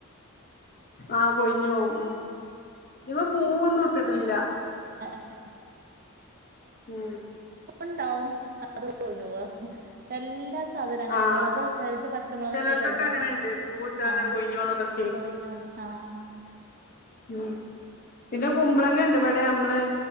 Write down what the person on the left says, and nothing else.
ആഹ് കൊയ്ഞ്ഞു പോകും ഉം ഇവ പൂവൊന്നും ഇട്ടിട്ടില്ല
ഉം
ആഹ്
ചെലോൽതൊക്കെ
അങ്ങനെണ്ട്
പൂവിട്ടാണ്ട്
കൊഴിഞ്ഞോണതൊക്കെ
ഉം പിന്നെ കുമ്പളങ്ങ ഉണ്ട് ഇവിടെ നമ്മള്